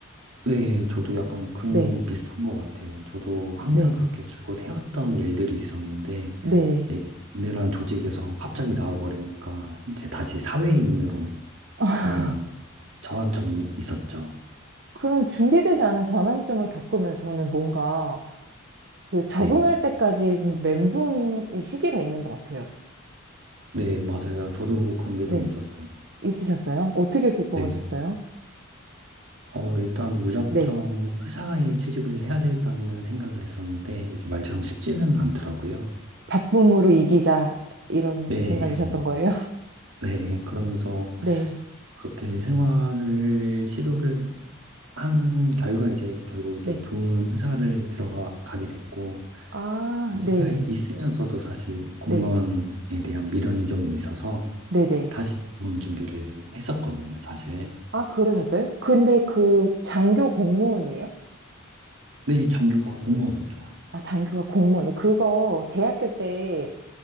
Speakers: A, on the right; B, on the right.
A: 네, 저도 약간 그런
B: 네,
A: 거는 비슷한 것 같아요. 저도 항상
B: 네,
A: 그렇게 줄곧 해왔던 일들이 있었는데,
B: 네.
A: 이게 군대라는 조직에서 갑자기 나와버리니까, 이제 다시 사회인으로
B: <laughs>
A: 그런 전환점이 있었죠.
B: 그런 준비되지 않은 전환점을 겪으면 저는 뭔가 그 적응할
A: 네.
B: 때까지 좀 멘붕이 시기가 있는 것 같아요.
A: 네, 맞아요. 저도 그런 게
B: 네,
A: 좀 있었어요.
B: 있으셨어요? 어떻게 극복하셨어요?
A: 네. 어, 일단 무작정
B: 네.
A: 회사에 취직을 해야 되겠다는 생각을 했었는데, 이게 말처럼 쉽지는 않더라고요.
B: 바쁨으로 이기자 이런
A: 네.
B: 생각이셨던
A: <laughs>
B: 거예요? <laughs>
A: 네. 그러면서
B: 네,
A: 그렇게 생활을, 시도를 한 결과 이제 결국 이제
B: 네.
A: 좋은 회사를 들어가게 됐고
B: 아,
A: 회사에
B: 네,
A: 있으면서도 사실 공무원에
B: 네,
A: 대한 미련이 좀 있어서
B: 네, 네.
A: 다시 공무원 준비를 했었거든요, 사실.
B: 아, 그러셨어요? 근데 그 장교 공무원이에요?
A: 네, 장교가 공무원입니다.
B: 아, 장교가 공무원이 그거 대학교 때